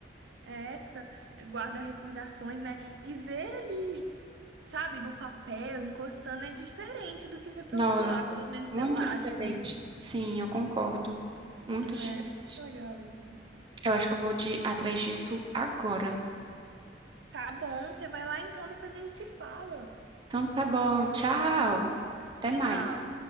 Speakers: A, on the right; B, on the right.
A: É, fica, eh, guarda recordações, né? E ver ali, sabe, no papel, encostando é diferente do que ver pelo
B: Nossa,
A: celular, pelo menos
B: muito
A: eu acho,
B: diferente.
A: né?
B: Sim, eu concordo. Muito
A: É,
B: diferente.
A: muito legal isso.
B: Eu acho que eu vou de atrás disso agora.
A: Tá bom, você vai lá então, depois a gente se fala.
B: Então tá bom, tchau. Até
A: Tchau,
B: mais.